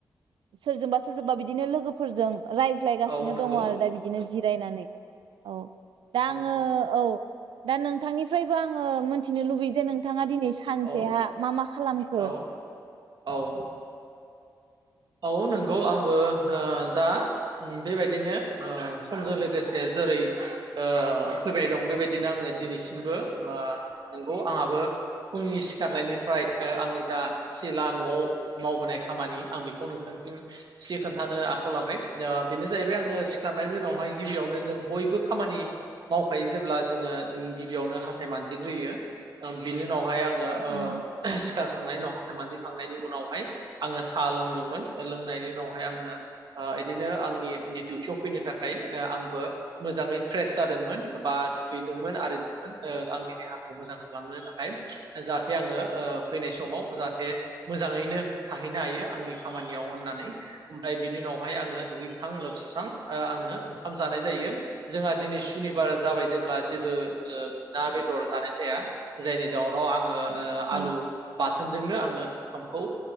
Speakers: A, on the right (about 75°); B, on the right (about 60°).
A: सोरजोंबा सोरजोंबा बिदिनो लोगोफोरजों रायज्लायगासिनो
B: औ नंगौ
A: दङ आरो दा बिदिनो जिरायनानै औ दा आङो
B: उम
A: औ दा नोंथांनिफ्रायबो आङो मोनथिनो लुबैयो जे नोंथाङा दिनै नोय सानसेहा
B: औ
A: मा मा खालामखो?
B: औ औ औ नंगौ आंबो ओ दा बेबायदिनो ओ समजों लोगोसे जेरै-फैबाय दं बेबायदिनो आङो दिनैसिमबो ओ नंगौ आंहाबो फुंनि सिखारनायनिफ्राय ओ आंनि जा सिला नआव मावबोनाय खामानि आं बेखौ खौ नोंथांसिम सि खोन्थानो आखायाव लाबाय आ बेनो जाहैबाय आङो खारनायनि उनावहाय गिबियावनो जों बयबो खामानि मावखायो जेब्ला जोङो गिबियावनो हाथथाय मानजिग्रोयो बिनि उनावहाय आं ओ
A: उम
B: ओ सिखार खांनायनि उनाव हाथाय मानजि थांनायनि उनाव फाय आं साह लों दों मोन लों नायनि उनाव आङो इदिनो आंनि देवथियाव फैनो थाखाय आंबो मोजांयै फ्रेस जादोंमोन बा दुगैदोंमोन आरो आंनि देहाखौ मोजां खालामनो थाखाय जाहाथे आङो फैनाय समाव जाहाथे मोजाङैनो थाहैनो हायो आंनि खामानियाव होननानै ओमफ्राय बिनि उनावहाय आङो दुगैखां लोबस्रां आङो ओंखाम जानाय जायो जोंहा दिनै सुनिबार जाबाय जेब्ला जेबो ना बेदर जानाय जाया जायनि जाउनाव आं ओ ओ
A: औ
B: आलु बा होनजोंनो आङो ओंखामखौ